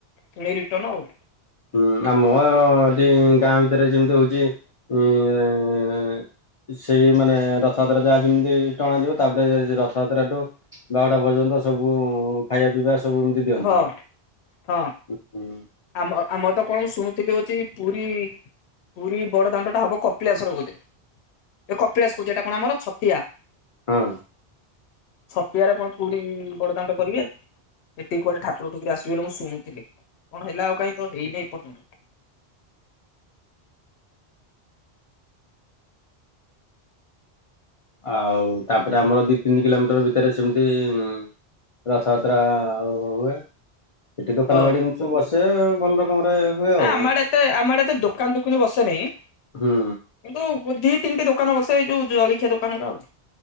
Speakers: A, on the left; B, on the left.
A: ପୁଣି ରିଟର୍ଣ୍ଣ ଆଉ।
B: ହୁଁ ଆମ ଏଠି ଗାଁ ଭିତରେ ଯେମିତି ହଉଛି ଉଁ ସେଇ ମାନେ ରଥଯାତ୍ରା ଯାହା ଯେମିତି ଟଣାଯିବ ତାପରେ ରଥଯାତ୍ରାଠୁ ବାଉଡା ପର୍ଯ୍ୟନ୍ତ ସବୁ ଖାଇବା ପିଇବା ସବୁ ଏମତି ଜଲଦି
A: ହଁ
B: ହୁଁ
A: ହଁ
B: ହୁଁ।
A: ଆମ ଆମର ତ କଣ ଶୁଣୁଥିଲି ହଉଛି ପୁରୀ ପୁରୀ ବଡ ଦାଣ୍ଡ ଟା ହବ କପିଳାସ ର ବୋଧେ ଏ କପିଳାସ କହୁଚି ଏଟା କଣ ଆମର? ଛତିଆ
B: ହଁ
A: ଛତିଆରେ କଣ କୁଉଡି ବଡ ଦାଣ୍ଡ କରିବେ। ଏଠି କୁଆଡେ ଠାକୁର ଠୁକୁରୀ ଆସିବେ ବୋଲି ମୁଁ ଶୁଣୁଥିଲି କଣ ହେଲା ଆଉ କାଁଇ ତ ହେଇନି ଏ ପର୍ଯ୍ୟନ୍ତ।
B: ଆଉ ତାପରେ ଆମର ଦି ତିନି କିଲୋମିଟର ଭିତରେ ସେମିତି ଉଁ ରଥଯାତ୍ରା ଆଉ ହୁଏ ସେଠି ଦୋକାନ
A: ହଁ
B: ବାଡ଼ି ଏମିତି ସବୁ ବସେ ଏଁ ଭଲ ରକମରେ ହୁଏ
A: ନା
B: ଆଉ।
A: ଆମ ଆଡେ ଏତେ ଆମ ଆଡେ ଏତେ ଦୋକାନ ଦୁକେନି ବସେନେଇ। କିନ୍ତୁ
B: ହୁଁ
A: ଦି ତିନିଟି ଦୋକାନ ବସେ ଏଇ ଯୋଉ ଜଳଖିଆ ଦୋକାନ ଗୁଡା ଆଉ।